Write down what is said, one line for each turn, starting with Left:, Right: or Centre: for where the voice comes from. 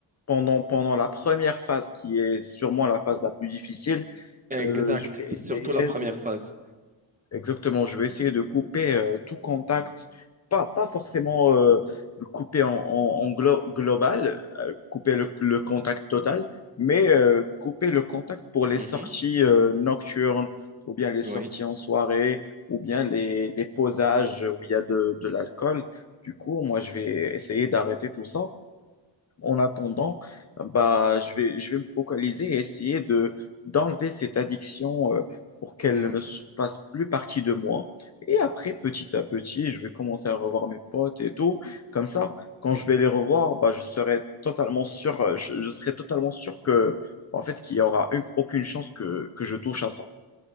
Left: pendant, pendant la première phase qui est sûrement la phase la plus difficile,
Right: exact.
Left: euh, je vais essayer
Right: Surtout la première
Left: de
Right: phase.
Left: Exactement, je vais essayer de couper euh, tout contact, pas, pas forcément euh, le couper en, en- en glo- global, euh, couper le, le contact total, mais euh, couper le contact pour les
Right: Mhm,
Left: sorties euh, nocturnes, ou bien les
Right: Oui,
Left: sorties en soirée, ou bien les, les posages où il y a de, de l'alcool. Du coup, moi, je vais essayer d'arrêter tout ça en attendant, bah, je vais, je vais me focaliser et essayer de, d'enlever cette addiction euh, pour qu'elle
Right: oui,
Left: ne se fasse plus partie de moi. Et après, petit à petit, je vais commencer à revoir mes potes et tout. Comme ça, quand je vais les revoir, bah, je serai totalement sûr, euh, je, je serai totalement sûr que, en fait, qu'il n'y aura une- aucune chance que, que je touche à ça.